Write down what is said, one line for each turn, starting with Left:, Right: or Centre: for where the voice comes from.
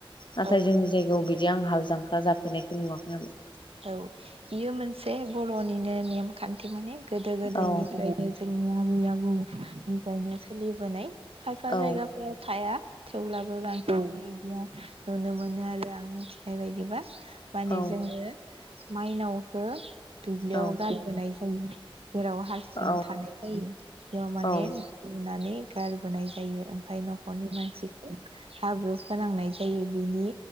Left: नाथाय
Right: औ
Left: जोंनि जायगायाव बिदि आं हाल जांख्रा जाफेरनायखौ नुवाखै आब।
Right: औ। बियो मोनसे बर'निनो नेम खान्थि माने गोदो गोदायनिफ्रायनो
Left: औ
Right: जोंनि आबै आबौनिफ्रायनो सोलिबोनाय खायफा
Left: औ
Right: जायगाफोराव थाया थेवब्लाबो बांसिनानो बिदिया नुनो मोनो आरो आं मिथिनाय बायदिबा माने
Left: औ
Right: जोङो माइनावखो दुब्लियाव
Left: औ
Right: गारबोनाय जायो। जेराव हारसिं
Left: औ
Right: थानाय जायो बेयाव माने
Left: औ
Right: लुनानै गारबोनाय जायो। ओमफफ्राय नखरनि मानसिफोर हाब्रु फोनांनाय जायो बेनि